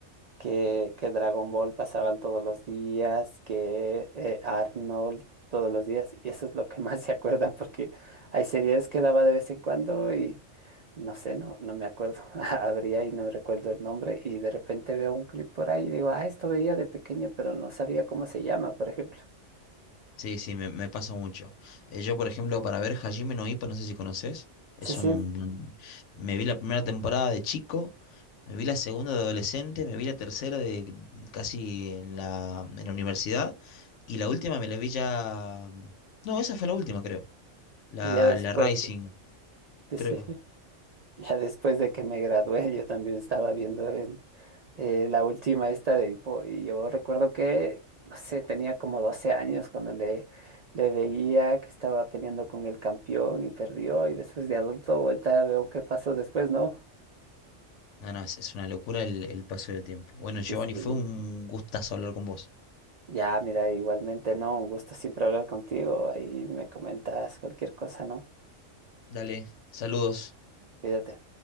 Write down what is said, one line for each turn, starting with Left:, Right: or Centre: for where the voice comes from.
Right: que, que Dragon Ball pasaban todos los días, que eh, Arnold todos los días, y eso es lo que <laughs> más se acuerdan, porque hay series que daba de vez en cuando y no sé, no, no me acuerdo, <laughs> habría y no recuerdo el nombre, y de repente veo un clip por ahí y digo, ah, esto veía de pequeño, pero no sabía cómo se llama, por ejemplo.
Left: Sí, sí, me, me pasa mucho. Eh, yo, por ejemplo, para ver Hajime no Ippo, no sé si conoces, es
Right: Sí, sí,
Left: un... Me vi la primera temporada de chico, me vi la segunda de adolescente, me vi la tercera de casi en la, en la universidad y la última me la vi ya... No, esa fue la última, creo. La,
Right: ya después,
Left: la Rising,
Right: de-
Left: creo.
Right: sí, sí, <laughs> ya después de que me gradué, yo también estaba viendo el eh, la última esta de Edipo. Y yo recuerdo que, no sé, tenía como 12 años cuando le, le veía que estaba peleando con el campeón y perdió. Y después de adulto, vuelta, veo qué pasó después, ¿no?
Left: No, no, es, es una locura el, el paso del tiempo. Bueno, Giovanni,
Right: Sí, sí.
Left: fue un gustazo hablar con vos.
Right: Ya, mira, igualmente, ¿no? Un gusto siempre hablar contigo. Ahí me comentas cualquier cosa, ¿no?
Left: Dale, saludos.
Right: Cuídate.